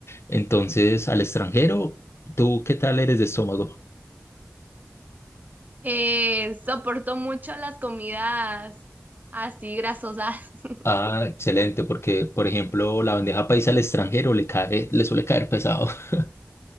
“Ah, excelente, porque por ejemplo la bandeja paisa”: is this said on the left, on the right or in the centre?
Left